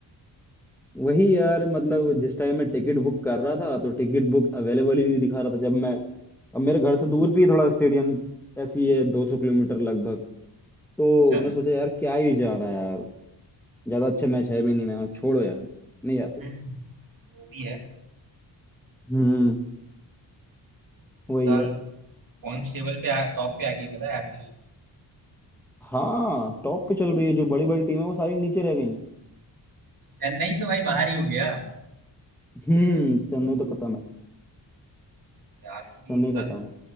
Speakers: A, in the centre; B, on the right (about 50°).
A: वही यार मतलब जिस टाइम मैं टिकट बुक कर रहा था तो टिकट बुक अवेलेबल ही नहीं दिखा रहा था जब मैं अब मेरे घर से दूर भी थोड़ा स्टेडियम ऐसी ही है दो सौ किलोमीटर लगभग तो
B: अच्छा
A: मैं सोचा यार क्या ही जाना यार ज्यादा अच्छा मैच है भी नहीं मैं छोड़ो यार नहीं जाते
B: हम्म वो भी है
A: हम्म वही
B: इस साल
A: है
B: पॉइंट्स टेबल पे आ, टॉप पे आ गई पता है आरसीबी
A: हाँ टॉप पे चल रही है जो बड़ी बड़ी टीम है वो सारी नीचे रह गई
B: चेन्नई तो भाई बाहर ही हो गया
A: हम्म चेन्नई तो खत्म है
B: आरसीबी
A: चेन्नई
B: दस
A: खत्म है